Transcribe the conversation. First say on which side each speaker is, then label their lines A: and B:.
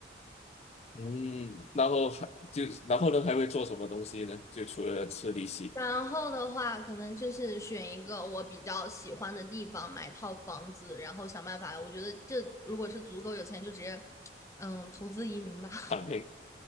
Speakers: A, on the left; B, on the left.
A: 嗯，然后还就然后呢还会做什么东西呢？就除了吃利息，
B: 然后的话，可能就是选一个我比较喜欢的地方买套房子，然后想办法。我觉得这如果是足够有钱，就直接，嗯，投资移民吧。<laughs>
A: 躺平，